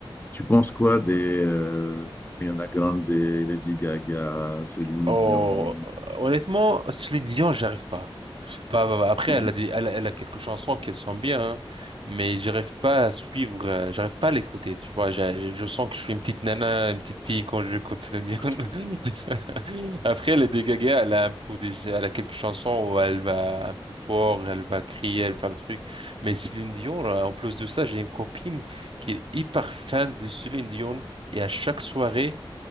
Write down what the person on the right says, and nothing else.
oh,
honnêtement, celui de Lyon, j'arrive pas. Bah, bah, bah, Après,
elle a des, elle, a elle a quelques chansons qu'elle sent bien, hein, mais j'arrive pas à suivre, euh, j'arrive pas à l'écouter, tu vois. j'ai- j'ai- Je sens que je suis une petite nana, une petite fille quand j'écoute Céline Dion.
<laughs> Après, elle est dégagée, elle a un peu des, elle a quelques chansons où elle va un peu fort, elle va crier, elle va faire des trucs. Mais Céline Dion, là, en plus de ça, j'ai une copine qui est hyper fan de Céline Dion et à chaque soirée,